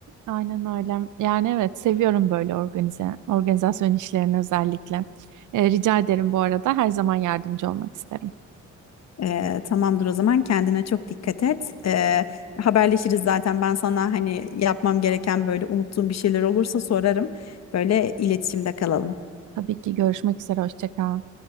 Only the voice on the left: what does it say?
E, tamamdır o zaman kendine çok dikkat et. E, haberleşiriz zaten ben sana hani yapmam gereken böyle unuttuğum bir şeyler olursa sorarım. Böyle iletişimde kalalım.